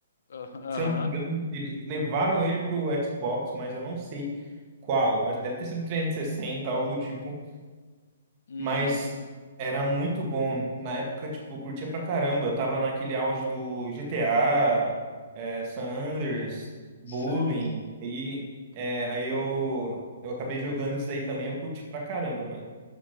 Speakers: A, on the left; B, on the right.
A: Ah, Aham.
B: Se eu não me engano, ele, levaram ele pro Xbox, mas eu não sei qual. Acho que Deve ter sido 360, algo do tipo.
A: Uhum.
B: Mas era muito bom. Na época, tipo, eu curtia pra caramba. Eu tava naquele auge do GTA, é, San Andreas, Bullying.
A: Sei.
B: E é, aí eu, eu acabei jogando isso daí também. Eu curti pra caramba, mano.